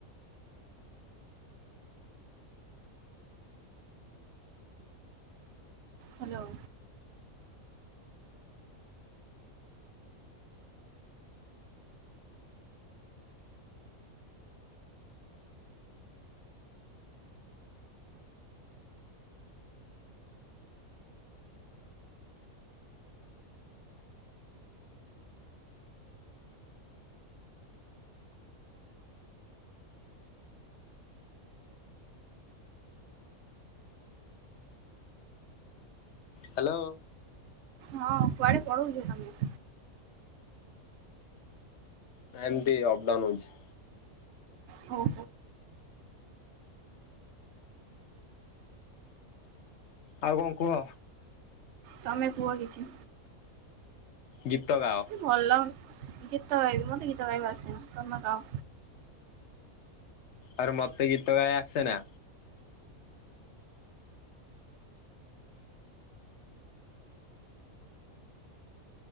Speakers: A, on the right; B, on the left.
A: ହ୍ୟାଲୋ
B: ହ୍ୟାଲୋ
A: ହଁ କୁଆଡେ ପଳଉଚ ତମେ?
B: ନାଇଁ ଏମିତି ଅପଡାଉନ୍ ହଉଛି।
A: ହଉ
B: ଆଉ କଣ କୁହ?
A: ତମେ କୁହ କିଛି?
B: ଗୀତ ଗାଅ।
A: ଭଲ ଗୀତ ଗାଇବି ମତେ ଗୀତ ଗାଇବା ଆସିନ ତମେ ଗାଅ।
B: ଆରେ ମତେ ଗୀତ ଗାଇ ଆସେନା।